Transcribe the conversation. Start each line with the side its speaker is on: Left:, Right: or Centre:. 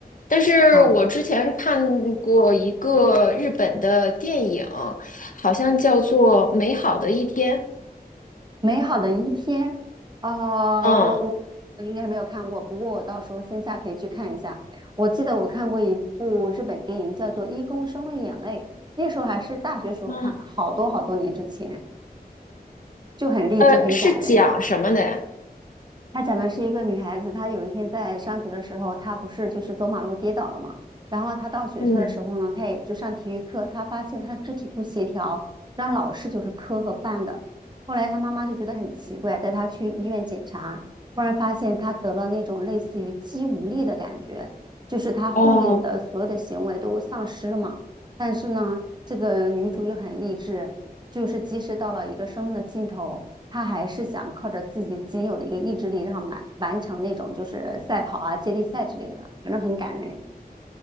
Left: 但是我之前看过一个日本的电影，
Right: 啊？
Left: 好像叫做《美好的一天》。
Right: 美好的一天》呃，
Left: 嗯，
Right: 我我我应该没有看过，不过我到时候线下可以去看一下。我记得我看过一部日本电影，叫做《一公升的眼泪》，那时候还是大学时候看的，
Left: 嗯，
Right: 好多好多年之前，就很励志，
Left: 呃，
Right: 很感人。
Left: 是讲什么的呀？
Right: 他讲的是一个女孩子，她有一天在上学的时候，她不是就是走马路跌倒了嘛，然后她到学校的时候呢，
Left: 嗯。
Right: 她也就上体育课，她发现她的肢体不协调，让老师就是磕和绊的。后来她妈妈就觉得很奇怪，带她去医院检查，忽然发现她得了那种类似于肌无力的感觉，就是她后面的所有的行为都丧失了嘛。
Left: 哦，
Right: 但是呢，这个女主又很励志，就是即使到了一个生命的尽头。他还是想靠着自己仅有的一个意志力，然后完完成那种就是赛跑啊、接力赛之类的，反正很感人。